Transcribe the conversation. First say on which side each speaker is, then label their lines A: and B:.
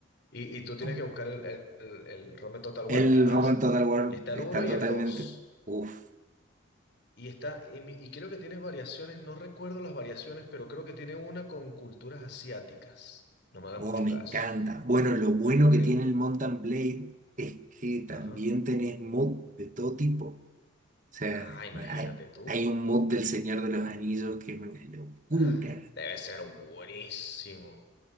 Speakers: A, on the left; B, on the right.
A: Y, y tú tienes
B: Bueno,
A: que buscar el, el, el, el ROM de Total War.
B: El
A: Es más,
B: Roman Total War
A: está
B: está
A: el uno y
B: totalmente.
A: el dos
B: Uf,
A: Y está, y, mi- y creo que tiene variaciones, no recuerdo las variaciones, pero creo que tiene una con culturas asiáticas. No me hagas
B: oh,
A: mucho
B: me
A: caso,
B: encanta. Bueno, lo bueno
A: pero creo.
B: que tiene el Mount and Blade es que también
A: Ajá.
B: tenés mods de todo tipo. O sea,
A: Ah, imagínate
B: hay,
A: tú.
B: hay un mod del Señor de los Anillos que es una locura.
A: <laughs> <gasps> Debe ser buenísimo.